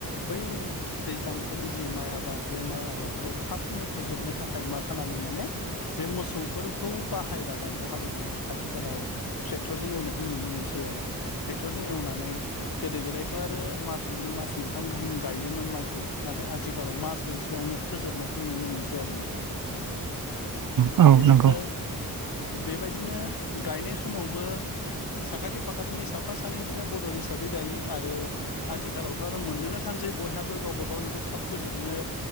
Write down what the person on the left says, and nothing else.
बै दैज्लां बोथोरनि जि माइ आबाद बे माइ आबादखौ थाबनो फोजोबनो थाखाय मा खालामो माने जे मोसौफोरखौ बाहायला दानि हालेवनायाव आथिखालाव ट्रेक्टरजों एवनाय नुयो मोनसै आरो ट्रेक्टरजों एवनानै खौ गोदो गोदायथ आरो माच मोनै माच मोनथाम गायोमोन माइखौ नाथाय आथिखालाव मास मोनसेयावनो फोजोबनायखौ नुनो मोनसै आरो नोंथां
बेनिफ्राय
बेबायदिनो गायनाय समावबो साखाथि फाखाथिनि साफा सानै बिदिनो बडल हिसाबै गायो आरो आथिखालावथ' आरो मोननोनो सानसै बयहाबो गावबा गावनिखौ थाब फोजोबनो